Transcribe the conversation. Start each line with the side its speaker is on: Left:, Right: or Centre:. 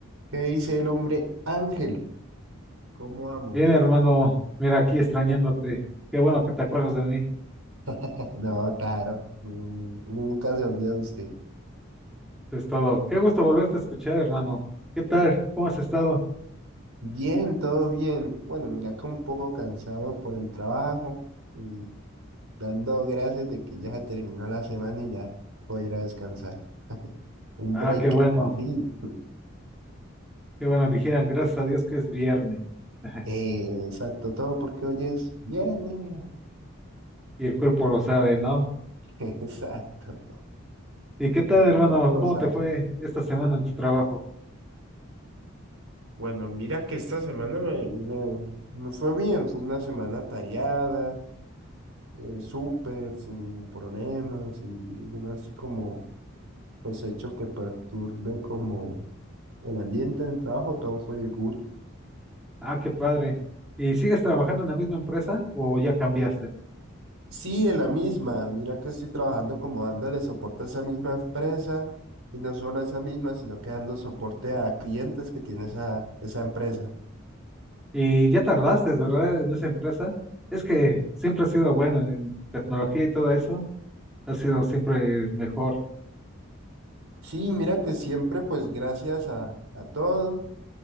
Right: ¿Qué dice el hombre Ángel? ¿Cómo vamos?
Centre: Bien, hermano, mira aquí extrañándote. Qué bueno que te acuerdas de mí.
Right: <laughs> No, claro, no, uno nunca se olvida de usted.
Centre: Eso es todo. Qué gusto volverte a escuchar, hermano. ¿Qué tal? ¿Cómo has estado?
Right: Bien, todo bien. Bueno, mira que un poco cansado por el trabajo y dando gracias de que ya se terminó la semana y ya voy a ir a descansar. Un
Centre: Ah,
Right: break,
Centre: qué bueno.
Right: por fin.
Centre: Qué bueno, dijeran, gracias a Dios que es viernes. <laughs>
Right: Eh, exacto, todo porque hoy es viernes.
Centre: Y el cuerpo lo sabe, ¿no?
Right: <laughs> Exacto,
Centre: ¿Y qué tal,
Right: y el
Centre: hermano?
Right: cuerpo lo
Centre: ¿Cómo
Right: sabe.
Centre: te fue esta semana en tu trabajo?
Right: Bueno, mira que esta semana me, me me fue bien, fue una semana tareada. eh, súper, sin ningún problema, sin ningún así como pues hecho que perturbe como el ambiente del trabajo, todo fue good.
Centre: Ah, qué padre. ¿Y sigues trabajando en la misma empresa o ya cambiaste?
Right: Sí, en la misma, mira que estoy trabajando como dándole soporte a esa misma empresa y no solo a esa misma, sino que dando soporte a clientes que tiene esa, esa empresa.
Centre: Y ya tardaste, ¿verdad? En esa empresa. Es que siempre has sido bueno en tecnología y todo eso. Has sido siempre el mejor.
Right: Sí, mira que siempre pues gracias a, a todo